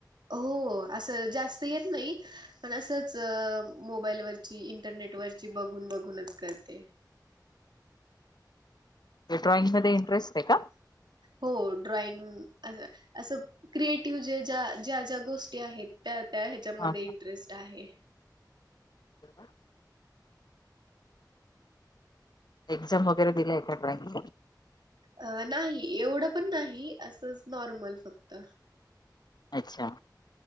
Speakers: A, on the right; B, on the left.
A: हो असं जास्त येत नाही पण असंच मोबाईलवररची इंटरनेटवररची बघून बघूनच करते
B: ड्रॉइंग ममध्ये इंटरेस्ट आहे का
A: हो ड्रॉइंग असं असं क्रिएटिव्ह ज्या ज्या ज्या ज्या गोष्टी आहेत त्या त्या ह्याच्यामध्ये
B: हा
A: इंटरेस्ट आहे
B: हो एक्झाम वगैरे दिला एकाड्राईंगला
A: अ नाही एवढं पण नाही असंच नॉर्मल फक्त
B: अच्छा